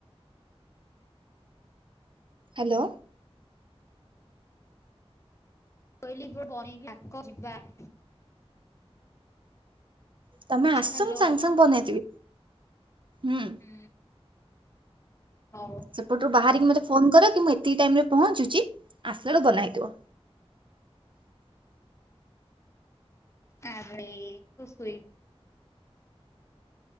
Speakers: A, on the right; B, on the left.
A: ହାଲୋ।
B: କହିଲ ପିବା <unintelligible>
A: ତମେ ଆସ
B: ହ୍ୟାଲୋ
A: ମୁଁ ସାଙ୍ଗେ ସାଙ୍ଗେ ବନେଇଦେବି। ହୁଁ।
B: ହୁଁ। ହଉ।
A: ସେପଟରୁ ବାହାରିକି ମୋତେ ଫୋନ୍ କର, କି ମୁଁ ଏତିକି ଟାଇମ୍ ରେ ପହଞ୍ଚୁଛି। ଆସିଲା ବେଳକୁ ବନା ହେଇଥିବ।
B: ଆରେ ସୋ ସୁଇଟ୍।